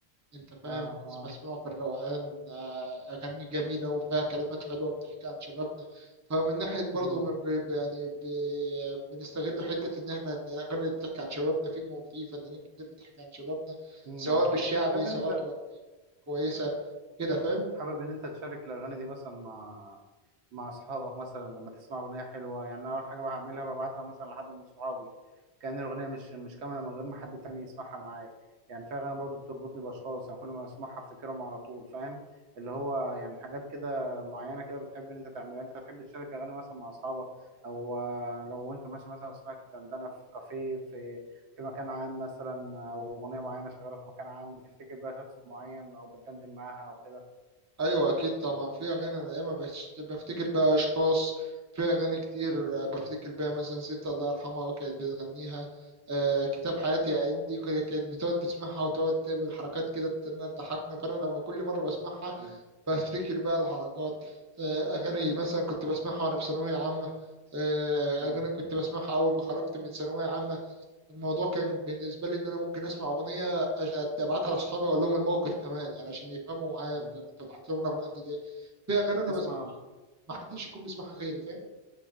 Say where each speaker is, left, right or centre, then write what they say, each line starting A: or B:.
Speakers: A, on the right; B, on the right.
A: انت فاهم
B: اه
A: لازم
B: اه
A: اسمعه في الروقان آه، اغاني جميله وفيها كلمات حلوه بتحكي عن شبابنا فمن ناحيه برضه
B: امم
A: من- ب- ب- يعني ب- بنستغل حته ان احنا ان الاغاني اللي بتحكي عن شبابنا في مو- في فنانين كتير بتحكي عن شبابنا
B: امم
A: سواء بالشعبي
B: تحب
A: سواء
B: انت
A: بالاغاني كويسه كده فاهم
B: حابب ان انت تشارك الاغاني دي مثلا مع مع اصحابك مثلا لما تسمع اغنيه حلوه يعني أنا اول حاجه بعملها ببعتها مثلا لحد من صحابي كأن الاغنيه مش مش كامله من غير ما حد تاني يسمعها معايا يعني في اغاني برضو بتربطني باشخاص يعني كل ما اسمعها افتكرهم على طول فاهم اللي هو يعني حاجات كده معينه كده بتحب ان انت تعملها انت بتحب تشارك اغاني مثلا مع اصحابك او آه، لو انت ماشي مثلا سمعت دندنه في كافيه في في مكان عام مثلا او اغنيه معينه شغاله في مكان عام بتفتكر بقى شخص معين او بتدندن معاها او كده
A: ايوه اكيد طبعا في اغاني انا ياما بش- بفتكر بقى اشخاص في اغاني كتير
B: مم.
A: آه، بفتكر بيها مثلا ست الله يرحمها كانت بتغنيها آه، كتاب حياتي يا اندي كده كانت بتقعد تسمعها وتقعد تعمل حركات كده تنا- تضحكنا فانا لما كل مره بسمعها
B: مم.
A: بفتكر بقى الحركات آه، اغاني مثلا كنت بسمعها وانا في ثانويه عامه آه،
B: مم.
A: اغاني كنت بسمعها اول ما خرجت من ثانويه عامه الموضوع كان بالنسبة لي إن أنا ممكن أسمع أغنية أش- أبعتها لأصحابي وأقول لهم الموقف كمان يعني عشان يفهموا معايا
B: مم.
A: ده أنا ببعت لهم الأغنية دي ليه في أغاني أنا
B: تسمع
A: بسمعها ما حدش يكون بيسمعها غيري فاهم